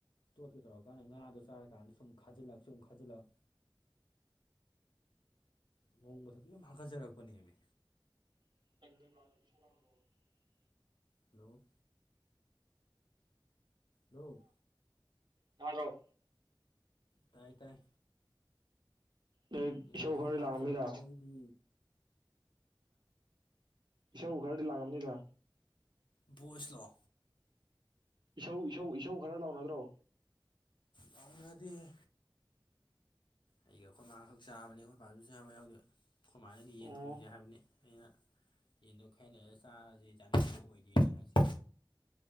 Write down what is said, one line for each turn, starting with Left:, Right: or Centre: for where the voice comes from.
Left: ꯇꯣꯠꯀꯦ ꯇꯧꯔꯀꯥꯟꯗ ꯉꯥ ꯆꯔꯀꯥꯟꯗ ꯁꯨꯝ ꯈꯥꯖꯤꯜꯂꯛ ꯁꯨꯝ ꯈꯥꯖꯤꯜꯂꯛ <unintelligible> ꯍꯥꯀꯠꯆꯔꯛꯄꯅꯦꯃꯤ
Right: <unintelligible>
Left: ꯍꯂꯣ ꯂꯣ
Right: ꯇꯥꯕꯔꯣ꯫
Left: ꯇꯥꯏ ꯇꯥꯏ꯫
Right: ꯅꯣꯏ
Left: ꯎꯝ
Right: ꯏꯁꯧ
Left: ꯃꯊꯪꯁꯨ
Right: ꯈꯔꯗꯤ
Left: ꯃꯥꯈꯠꯆꯔꯛꯄꯗ
Right: ꯂꯥꯡꯉꯝꯅꯤꯗ
Left: ꯑꯩꯗꯤ
Right: ꯏꯁꯧ ꯈꯔꯗꯤ ꯂꯥꯡꯉꯝꯅꯤꯗ
Left: ꯚꯣꯏꯁꯂꯣ
Right: ꯏꯁꯧ ꯏꯁꯧ ꯏꯁꯧ ꯈꯔ ꯂꯥꯎꯅꯗ꯭ꯔꯣ
Left: ꯂꯥꯡꯅꯗꯦꯍꯦ ꯑꯩꯒ ꯑꯩꯈꯣꯏ ꯏ ꯃꯥꯥꯈꯛ ꯆꯥꯕꯅꯤ ꯑꯩꯈꯣꯏ ꯏꯄꯥꯗꯨꯁꯨ ꯆꯥꯕ ꯌꯥꯎꯗ ꯑꯩꯈꯣꯏ ꯃꯥꯥꯅꯗꯤ ꯌꯦꯟ
Right: ꯑꯣ
Left: ꯊꯣꯡꯁꯦ ꯍꯥꯏꯕꯅꯤ ꯑꯩꯅ ꯌꯦꯟꯗꯣ ꯈꯥꯏꯍ ꯂꯩꯒ ꯆꯥꯔꯁꯤ ꯆꯥꯅꯤꯡꯕ ꯑꯣꯏꯗꯦꯅ ꯉꯁꯤ